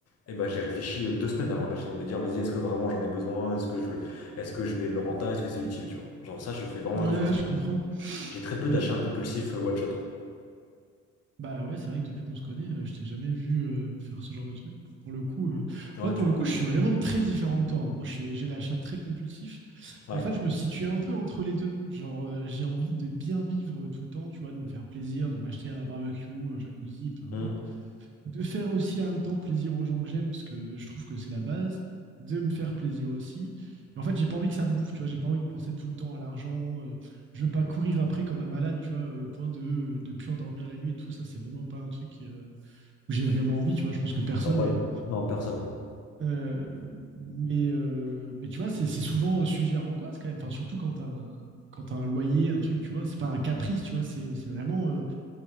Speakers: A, on the left; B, on the right.
A: Et ben, j'ai réfléchi euh, deux semaines avant de l'acheter, de me dire, vas-y, est-ce que vraiment j'en ai besoin? Est-ce que je le est-ce que je vais le rentabiliser Est-ce que c'est utile, tu vois? Genre ça, je fais vraiment
B: Ouais,
A: attention
B: ouais,
A: à ça.
B: je comprends.
A: J'ai très peu
B: Ouais,
A: d'achats
B: je comprends.
A: compulsifs euh, one shot.
B: Bah ouais, c'est vrai que depuis qu'on se connaît, euh, je t'ai jamais vu euh, faire ce genre de truc. Pour- Pour le coup, euh,
A: Ouais,
B: moi,
A: tu
B: pour le
A: vois.
B: coup, je suis vraiment très différent de toi. hein. Moi, je suis- j'ai l'achat très compulsif.
A: Ouais.
B: Mais en fait, je me situe un peu entre les deux. Genre, euh, j'ai envie de bien vivre euh, tout le temps, tu vois, de me faire plaisir, de m'acheter un barbecue, un jacuzzi, peu importe.
A: Hmm.
B: de faire aussi en même temps plaisir aux gens que j'aime, parce que je trouve que c'est la base, de me faire plaisir aussi. Mais en fait, j'ai pas envie que ça me bouffe, tu vois, j'ai pas envie de penser tout le temps à l'argent. euh, je veux pas courir après comme un malade, tu vois, au point de de plus endormir la nuit et tout. Ça, c'est vraiment pas un truc euh, où j'ai vraiment envie, tu vois. Je pense que personne
A: Normal.
B: d'ailleurs.
A: Non, personne.
B: Euh, mais, euh, mais tu vois, c'est c'est souvent sujet à angoisse quand même. Enfin, surtout quand t'as un, quand t'as un loyer, un truc, tu vois, c'est pas un caprice, tu vois, c'est c'est vraiment. euh,